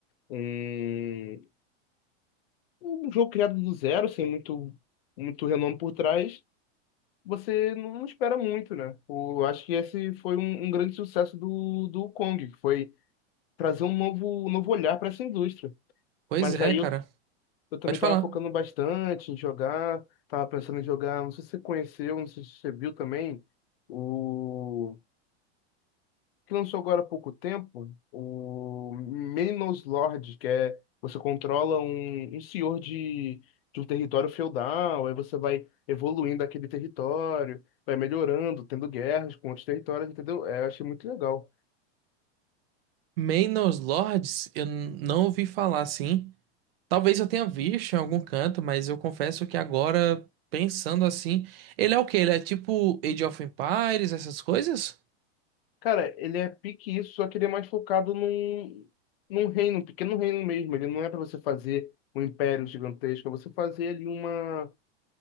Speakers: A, on the left; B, on the right.
A: um, um jogo criado do zero, sem muito, muito renome por trás, você não espera muito, né? Eu acho que esse foi um, um grande sucesso do, do Kong, que foi trazer um novo, um novo olhar para essa indústria.
B: Pois
A: Mas
B: é,
A: aí
B: cara.
A: eu, eu também
B: Pode
A: estava
B: falar.
A: focando bastante em jogar, estava pensando em jogar, não sei se você conheceu, não sei se você viu também, o que lançou agora há pouco tempo, o Menos Lord, que é você controla um, um senhor de, de um território feudal, aí você vai evoluindo aquele território, vai melhorando, tendo guerras com outros territórios, entendeu? É, eu achei muito legal.
B: Manor Lords, eu n- não ouvi falar assim. Talvez eu tenha visto em algum canto, mas eu confesso que agora, pensando assim, ele é o quê? Ele é tipo Age of Empires, essas coisas?
A: Cara, ele é pique isso, só que ele é mais focado num, num reino, um pequeno reino mesmo. Ele não é para você fazer um império gigantesco, é você fazer ali uma,